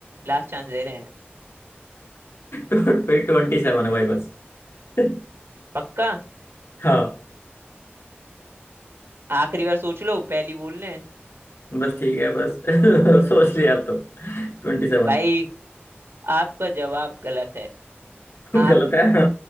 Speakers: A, on the right; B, on the left.
A: लास्ट चांस दे रहे हैं
B: Twenty seven <laughs> है भाई बस <laughs>
A: पक्का
B: हाँ
A: आखिरी बार सोच लो पहली बोल रहे हैं
B: बस ठीक है बस <laughs> सोच लिया आप तो Twenty seven
A: भाई आपका जवाब गलत है आप
B: गलत है